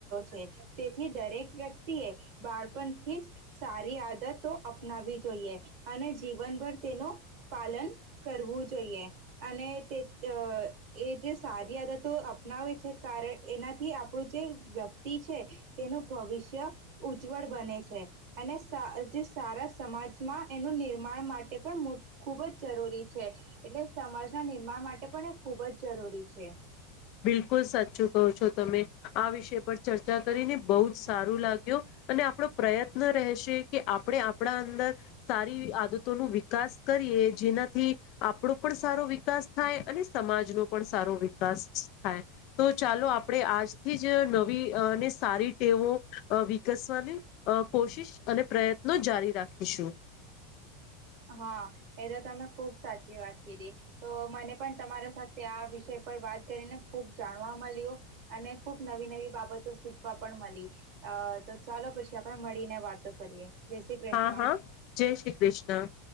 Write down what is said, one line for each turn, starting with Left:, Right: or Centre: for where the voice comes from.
Right: છે. તેથી દરેક વ્યક્તિ એ બાળપણથી જ, સારી આદતો અપનાવી જોઈએ. અને જીવનભર તેનું પાલન કરવું જોઈએ. અને તે, એ જે સારી આદતો અપનાવે છે. કારણ એનાથી આપણું જે વ્યક્તિ છે. ભવિષ્ય ઉજ્જવળ બને છે. અને જે સારા સમાજમાં એનું નિર્માણ માટે પણ મોટુ, ખૂબ જ જરૂરી છે. એટલે સમાજના નિર્માણ માટે પણ, એ ખૂબ જ જરૂરી છે.
Left: બિલકુલ સાચું કહો છો તમે, આ વિષય પર ચર્ચા કરીને બહુ જ સારું લાગ્યું. અને આપણો પ્રયત્ન રહેશે કે, આપણે આપણા અંદર સારી આદતો ન વિકાસ કરી જેનાથી, આપણો પણ સારો વિકાસ થાય, અને સમાજનો પણ સારો વિકાસ થાય. તો ચાલો, આપણેે આજથી જ નવી અંને સારી ટેવો વિકા અને કોશિશ અને પ્રયત્નો જારી રાખીશું.
Right: હા એ તો તમે ખુબ સાચી વાત કીધી, તો મને પણ તમારા સાથે આ વિષય વિષ પર વાત કરીને, ખૂબ જાણવા મળ્યો, અને ખુબ નવી નવી બાબતો શીખવા પણ મળી. અ તો ચાલો પછી, આપણે મળીને વાતો કરીએ. જય શ્રી કૃષ્ણ
Left: હા હા જય શ્રી કૃષ્ણ!